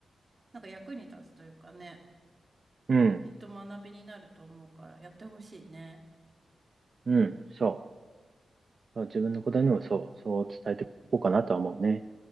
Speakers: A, on the right (about 30°); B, on the right (about 45°).
A: なんか役に立つというかね、
B: うん、
A: きっと学びになると思うから、やってほしいね。
B: うん、そう。そう自分の子供にもそう、そう伝えていこうかなとは思うね。